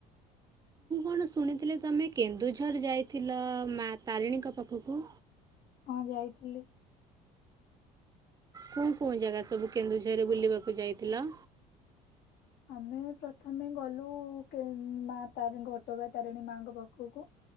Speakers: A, on the right (about 20°); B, on the left (about 60°).
A: ଆପଣ ଶୁଣିଥିଲେ, ତମେ କେନ୍ଦୁଝର ଯାଇଥିଲ ମା ତାରିଣୀଙ୍କ ପାଖକୁ?
B: ହଁ ଯାଇଥିଲି।
A: କଉ କଉ ଜାଗା ସବୁ କେନ୍ଦୁଝରରେ ବୁଲିବାକୁ ଯାଇଥିଲ?
B: ଆମେ ପ୍ରଥମେ ଗଲୁ କେଉଁ ମା ତାର ଘଟଗା ତାରିଣୀ ମାଙ୍କ ପାଖକୁ।